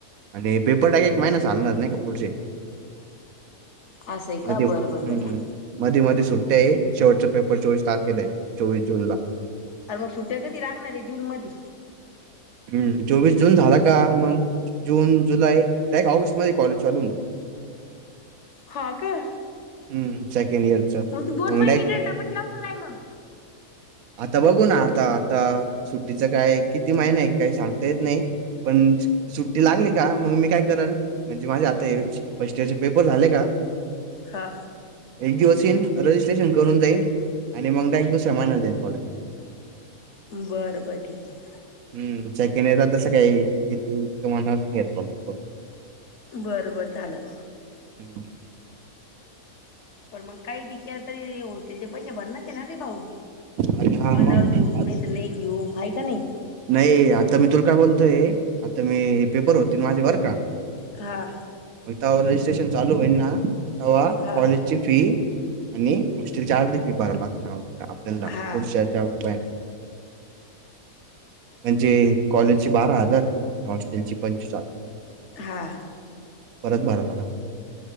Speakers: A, on the right (about 70°); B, on the left (about 55°).
A: आणि पेपर टा एक महिना चालणार नाही का पुढचे
B: असं आहे का
A: अज हम्म
B: बरं बरं बेटा.
A: मधी मध्ये सुट्ट्या आहे शेवटचा पेपर चोवीस तारखेला आहे चोवीस जून ला.
B: अर मग सुट्ट्या कधी लागणार आहे जून मध्ये
A: हम् चोवीस जून झाला का मग जून जुलै त्या एक ऑगस्ट मध्ये कॉलेज चालून.
B: हा का
A: हम्म सेकंड इयरचं
B: मग तू दोन महिने
A: डायरेक्ट
B: इकडे त म्हट लाव का काय मग
A: आता बघू ना आता आता सुट्टीचं काय किती महिन आहे. काही सांगता येत नाही पण सुट्टी लागली का मग मी काय करल म्हणजे माझे आता फर्स्ट इयर चे पेपर झाले का
B: हा.
A: एक दिवस ईन रजिस्ट्रेशन करून जाईन आणि मग डायरेक्ट दुसऱ्या महिन्याला जाईन कॉलेज.
B: बरं बर ठीक आहे.
A: हम्म सेकंड इयरला तसं काही इतकं मनावर घेत <unintelligible> नाही कोणी.
B: बरं बरं चालेल.
A: <inaudible>
B: पण मग काही <unintelligible> तरी हॉस्टेलचे पैसे भरणच ये ना रे भाऊ.
A: आणि हा
B: मनावर
A: मग
B: घेऊ
A: आत-
B: नाही तर नाही घेऊ आहे का नाही.
A: नाही आता मी तूला काय बोलतोय आता मी हे पेपर होतील माझे बरं का
B: हा.
A: होईल तेव्हा रजिस्ट्रेशन चालू होईना तवा
B: हा.
A: कॉलेज ची फी आणि हॉस्टेलच्या अर्धी फी भरा लागते अप आपल्याला
B: हा
A: पुढच्या याचा बाय. म्हणजे कॉलेज ची बारा हजार हॉस्टेल ची पंच्चेचाळ.
B: हा.
A: परत भरणारा